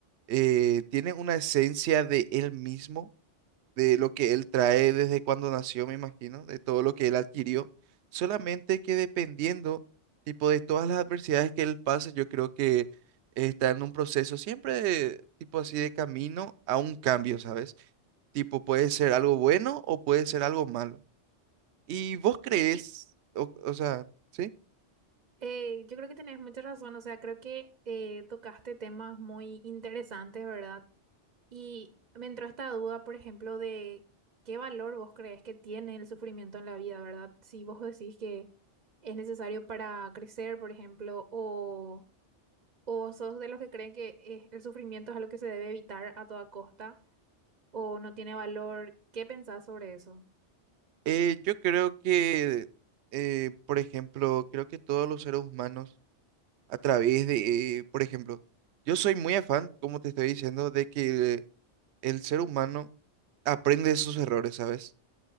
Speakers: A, on the right (about 70°); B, on the right (about 45°).
A: eh, tiene una esencia de él mismo, de lo que él trae desde cuando nació, me imagino, de todo lo que él adquirió, solamente que dependiendo tipo de todas las adversidades que él pase, yo creo que está en un proceso siempre de- tipo así de camino a un cambio, ¿sabes? Tipo, puede ser algo bueno o puede ser algo malo. ¿Y vos crees,
B: Y
A: o, o sea, sí?
B: eh, yo creo que tenés mucha razón, o sea, creo que eh, tocaste temas muy interesantes, ¿verdad? Y me entró esta duda, por ejemplo, de qué valor vos crees que tiene el sufrimiento en la vida, ¿verdad? Si vos decís que es necesario para crecer, por ejemplo, o, o sos de los que creen que es- el sufrimiento es algo que se debe evitar a toda costa, o no tiene valor, ¿qué pensás sobre eso?
A: Eh, yo creo que, eh, por ejemplo, creo que todos los seres humanos, a través de, eh, por ejemplo, yo soy muy afán, como te estoy diciendo, de que el ser humano aprende de sus errores, ¿sabes?